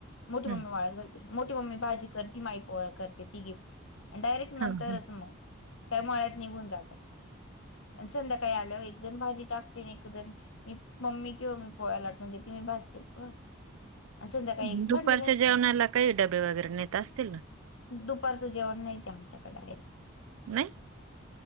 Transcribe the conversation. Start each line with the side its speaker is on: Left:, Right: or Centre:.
Left: मोठी
Right: हम्म
Left: मम्मी वाळत करते मोठी मम्मी भाजी करते माई पोळा करते तीघे. डायरेक्ट
Right: हा
Left: नंतरच
Right: हा
Left: त्या मळ्यात निघून जातं आणि संध्याकाळी आल्यावर जण भाजी टाकते एकजण मी मम्मी किंवा मी पोळ्याला लाटवून देते मी भासते बस. संध्याकाळी
Right: हम्म दुपारच्या
Left: भाडे घासते
Right: जेवणाला काही डबे वगैरे नेत असतील ना
Left: दुपारचं जेवण नाहीच आमच्याकडे
Right: नाही